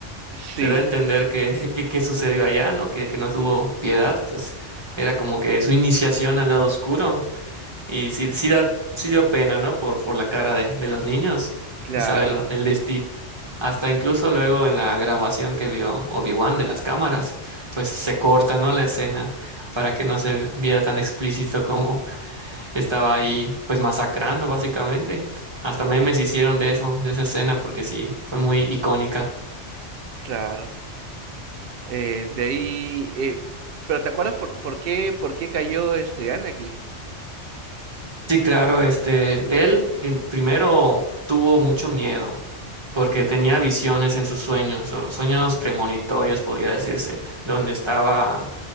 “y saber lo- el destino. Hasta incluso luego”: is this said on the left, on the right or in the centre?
Right